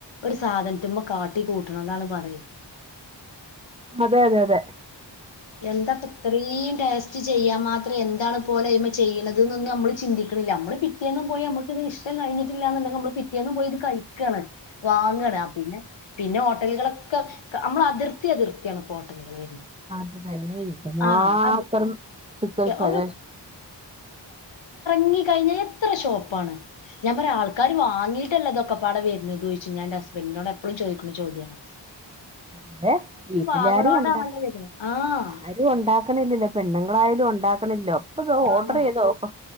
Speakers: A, on the left; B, on the right.
A: ഒരു സാധനത്ത്മ്മെ കാട്ടി കൂട്ടണ എന്നാണ് പറ
B: അതെ അതെ അതെ
A: എന്താപ്പ ഇത്രയും ടേസ്റ്റ് ചെയ്യാൻ മാത്രം എന്താണ് പോലെമ ചെയ്യണതൊന്നും നമ്മള് ചിന്തിക്ക ണില്ല നമ്മള് പിറ്റേന്നും പോയി നമക്ക് ഇഷ്ടം കഴിഞ്ഞിട്ടില്ലാന്നെങ്ക നമ്മള് പിറ്റേന്നും പോയി ഇത് കഴിക്കാണ് വാങ്ങണ് പിന്നെ പിന്നെ ഹോട്ടലുകളൊക്കെ നമ്മൾ അതിർത്തി അതിർത്തിയാണ് ഇപ്പോ ഹോട്ടലുകൾ വരുന്നത്
B: അതന്നെ പിന്നെ എന്തുമാത്രം
A: ആ അത്
B: ചിക്കൻ സര
A: ഒരു മുങ്ങി കഴിഞ്ഞ എത്ര ഷോപ്പാണ് ഞാൻ പറയാം ആൾക്കാര് വാങ്ങയിട്ടല്ലതൊക്കെപ്പാടെ വരുന്നത് ചോദിച്ചു ഞാൻ എന്റെ ഹസ്ബൻ്റിനോട് എപ്പഴും ചോദിക്കുന്ന ചോദ്യമാണ്
B: അതെ വീട്ടിലാരും
A: വാങ്ങണോണ്ടാണല്ലോ
B: ഉണ്ടാ
A: വരുന്നത് ആഹ്
B: ആരും ഉണ്ടാക്കണില്ലല്ലോ പെണ്ണുങ്ങളായാലും ഉണ്ടാക്കണില്ലോ അപ്പം ഓർഡർ
A: ആഹ്
B: ചെയ്ത് നോക്കും